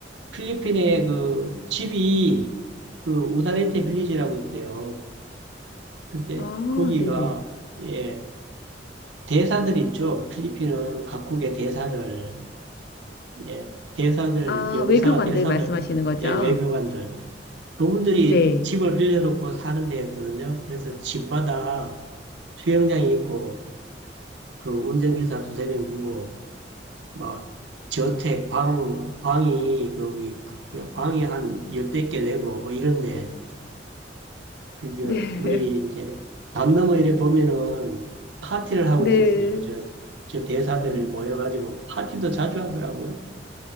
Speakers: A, on the right (about 80°); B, on the left (about 60°).
A: 필리핀에 그 집이 그 우다레테 빌리지라고 있어요. 근데
B: 아,
A: 거기가
B: 네네.
A: 예 대사들 있죠. 필리핀은 각국의 대사들 예 대사들
B: 아,
A: 영사
B: 외교관들
A: 대사들
B: 말씀하시는 거죠?
A: 예 외교관들 그분들이
B: 네.
A: 집을 빌려놓고 사는 데였거든요. 그래서 집마다 수영장이 있고 그 운전기사 두세 명 두고, 막, 저택, 방, 방이, 거기, 그 방이 한 열댓 개 되고, 뭐 이런데, 그게,
B: 네.
A: 우리 이제, 담 너머 이래 보면은 파티를 하고
B: <laughs>
A: 있었어요. 저, 저 대사들
B: 네.
A: 모여가지고 파티도 자주 하더라고요.